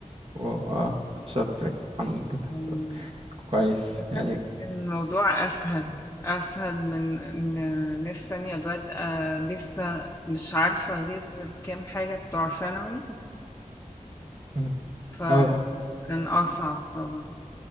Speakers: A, on the right; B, on the left.
A: واو، اه شاطر الحمد لله
B: إمم،
A: طب كويس
B: لمّا ذاكرت
A: يعني
B: كان الموضوع أسهل، أسهل من إن ناس تانية بادئة لسه مش عارفة غير الكام حاجة بتوع ثانوي،
A: مم.
B: فكان
A: اه
B: أصعب طبعًا.